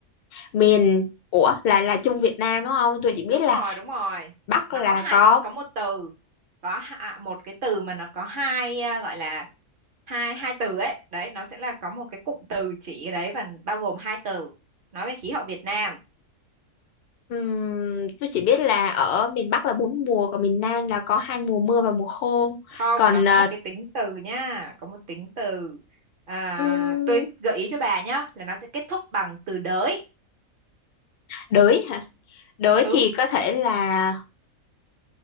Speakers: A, on the left; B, on the right.
A: miền ủa là là Trung Việt Nam đúng không tôi chỉ biết
B: Đúng
A: là
B: rồi, đúng rồi.
A: Bắc
B: Nó
A: là
B: có hai
A: có
B: có một từ. Có hạ- một cái từ mà nó có hai à, gọi là hai hai từ ấy. Đấy, nó sẽ là có một cái cụm từ chỉ cái đấy và bao gồm hai từ. Nói về khí hậu Việt Nam.
A: ừm, tôi chỉ biết là ở miền Bắc là bốn mùa còn miền Nam là có hai mùa mưa và mùa khô
B: không
A: còn
B: nó có
A: à,
B: một cái tính từ nhá có một tính từ à,
A: ừm,
B: tôi gợi ý cho bà nhá là nó sẽ kết thúc bằng từ đới
A: đới hả đới
B: ừ
A: thì có thể là